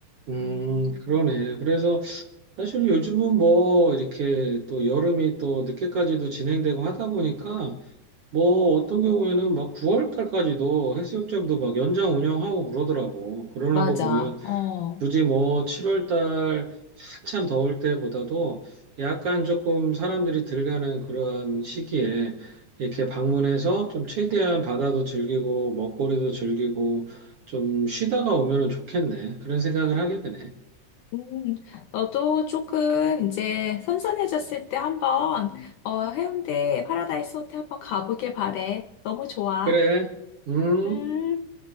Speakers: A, on the right; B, on the left.
A: 음, 그러네. 그래서 사실 요즘은 뭐 이렇게 또 여름이 또 늦게까지도 진행되고 하다 보니까 뭐 어떤 경우에는 막 9월 달까지도 해수욕장도 막 연장 운영하고 그러더라고. 그러는
B: 맞아.
A: 거 보면
B: 어.
A: 굳이 뭐 7월 달 한참 더울 때보다도 약간 조금 사람들이 들가는 그런 시기에 이렇게 방문해서 좀 최대한 바다도 즐기고 먹거리도 즐기고 좀 쉬다가 오면은 좋겠네. 그런 생각을 하게 되네.
B: 음, 너도 조금 이제 선선해졌을 때 한번, 어, 해운대 파라다이스 호텔 한번 가보길 바래. 너무 좋아.
A: 그래. 음.
B: 음.